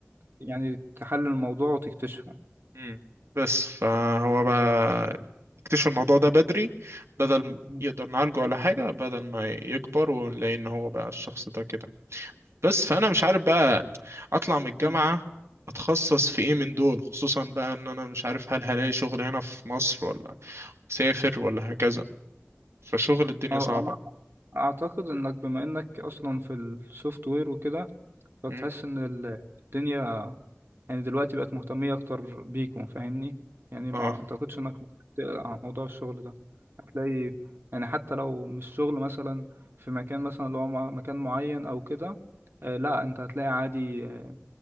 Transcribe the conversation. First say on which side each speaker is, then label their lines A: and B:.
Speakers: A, on the right; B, on the right.
A: يعني تحلل الموضوع وتكتشفه
B: مم. بس فهو بقى يكتشف الموضوع ده بدري بدل م-
A: مم.
B: يقدر نعالجه ولا حاجة بدل ما يكبر ونلاقي إن هو بقى الشخص ده كده بس فأنا مش عارف بقى أطلع من الجامعة
A: مم.
B: أتخصص في إيه من دول خصوصا بقى إن أنا مش عارف هل هلاقي شغل هنا في مصر ولا أسافر ولا هكذا فشغل الدنيا
A: اه
B: صعبة
A: انا اعتقد انك بما انك اصلا في السوفت وير وكده فتحس
B: مم.
A: ان ال- الدنيا يعني دلوقتي بقت مهتمية أكتر بيكم فاهمني يعني ما
B: اه
A: أعتقدش إنك ممكن تقلق عن موضوع الشغل ده هتلاقي يعني حتى لو مش شغل مثلا في مكان مثلا اللي هو مع- مكان معين أو كده آه لا أنت هتلاقي عادي آه